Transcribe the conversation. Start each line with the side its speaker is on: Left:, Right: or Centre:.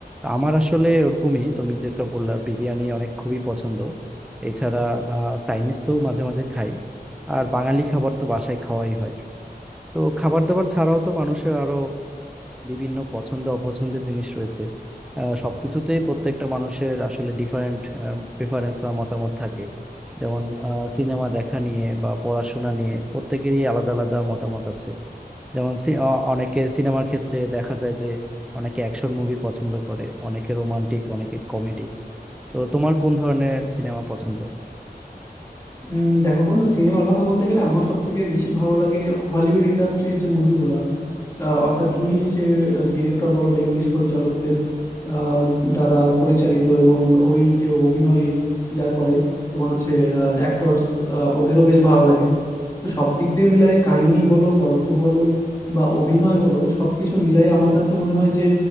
Centre: আমার আসলে ওরকমই তুমি যেটা বললা বিরিয়ানি অনেক খুবই পছন্দ এছাড়া চাইনিজ তো মাঝে মাঝে খাই আর বাঙালি খাবার তো বাসায় খাওয়াই হয় তো খাবার দাবার ছাড়াও তো মানুষের আরো বিভিন্ন পছন্দ অপছন্দের জিনিস রয়েছে আহ, সবকিছুতেই প্রত্যেকটা মানুষের আসলে ডিফারেন্ট প্রেফারেন্স বা মতামত থাকে যেমন সিনেমা দেখা নিয়ে বা পড়াশোনা নিয়ে প্রত্যেকেরই আলাদা আলাদা মতামত আছে যেমন সি- অ- অনেকে সিনেমার ক্ষেত্রে দেখা যায় যে অনেকে অ্যাকশন মুভি পছন্দ করে অনেকে রোমান্টিক অনেকে কমেডি তো তোমার কোন ধরনের সিনেমা পছন্দ
Left: উম, দেখো বন্ধু সিনেমার কথা বলতে গেলে আমার সব থেকে বেশি ভালো লাগে হলিউড ইন্ডাস্ট্রির যে মুভিগুলো আহ, অর্থাৎ ইংলিশ ডিরেক্টর বলো বা ইংলিশ পরিচালকদের আহ, দ্বারা পরিচালিত এবং ওই যে অভিনয় যারা করে তোমার হচ্ছে অ্যাক্টরস ওদেরও বেশ ভালো লাগে তো সব দিক দিয়ে মিলাই কাহিনী বলো গল্প বলো বা অভিনয় বলো সবকিছু মিলাই আমার কাছে মনে হয় যে